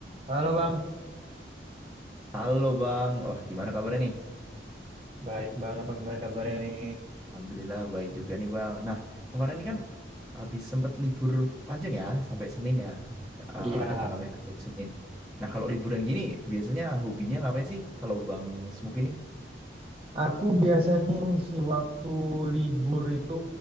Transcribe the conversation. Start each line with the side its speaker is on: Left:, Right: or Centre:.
Right: Halo Bang,
Centre: Halo Bang, wah gimana kabarnya nih?
Right: baik Bang, apa gimana kabarnya nih?
Centre: Alhamdulillah baik juga nih Bang. Nah kemarin ini kan habis sempat libur panjang ya sampai Senin ya,
Right: Iya,
Centre: Eh, ada tanggal merah di hari Senin. Nah kalau liburan gini biasanya hobinya ngapain sih kalau Bang Smuk ini?
Right: Aku biasanya ngisi waktu libur itu